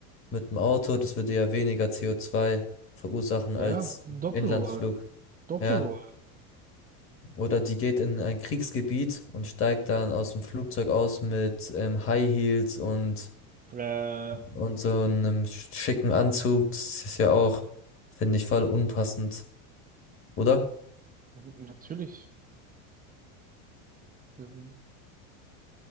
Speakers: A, on the left; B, on the right.
A: mit dem Auto, das würde ja weniger CO2 verursachen
B: Ja,
A: als
B: Doppelmoral.
A: Inlandsflug.
B: Doppelmoral.
A: Ja. Oder die geht in ein Kriegsgebiet und steigt dann aus dem Flugzeug aus mit ähm, High Heels und,
B: Äh, ja,
A: und so einem schicken Anzug. Das ist ja auch, finde ich, voll unpassend, oder?
B: natürlich. Ähm,